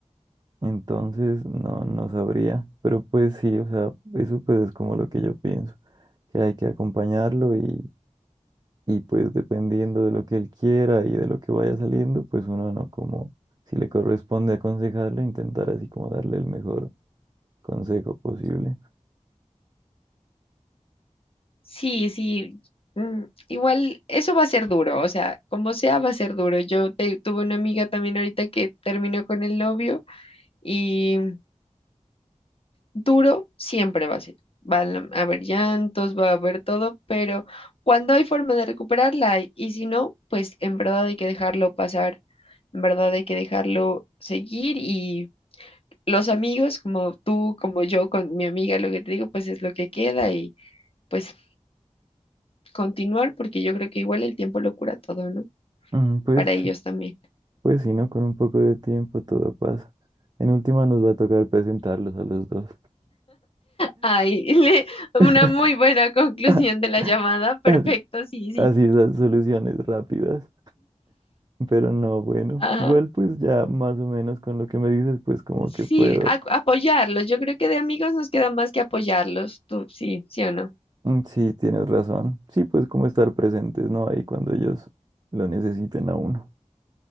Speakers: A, on the right; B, on the left.
A: Entonces, no, no sabría. Pero pues sí, o sea, eso pues es como lo que yo pienso, que hay que acompañarlo y y pues dependiendo de lo que él quiera y de lo que vaya saliendo, pues uno no como, si le corresponde aconsejarlo, intentar así como darle el mejor consejo posible.
B: Sí, sí. mm, Igual eso va a ser duro, o sea, como sea va a ser duro. Yo te- tuve una amiga también ahorita que terminó con el novio y duro siempre va a ser. Van a haber llantos, va a haber todo, pero cuando hay forma de recuperarla hay, y si no, pues en verdad hay que dejarlo pasar, en verdad hay que dejarlo seguir y los amigos, como tú, como yo, con mi amiga, lo que te digo, pues es lo que queda y pues continuar, porque yo creo que igual el tiempo lo cura todo, ¿no?
A: Mm, Pues,
B: Para
A: sí,
B: ellos también.
A: pues sí no, con un poco de tiempo todo pasa. En última nos va a tocar presentarlos a los dos.
B: Ay, <laughs> le- una
A: <laughs>
B: muy buena conclusión
A: Ah,
B: de la llamada. Perfecto,
A: Así,
B: sí, sí.
A: así esas soluciones rápidas. Pero no, bueno,
B: Ajá.
A: igual pues ya más o menos con lo que me dices, pues como
B: Sí,
A: que puedo.
B: a- apoyarlos. Yo creo que de amigos nos queda más que apoyarlos. Tú, sí, sí o no.
A: Mm, Sí, tienes razón. Sí, pues como estar presentes, ¿no? Ahí cuando ellos lo necesiten a uno.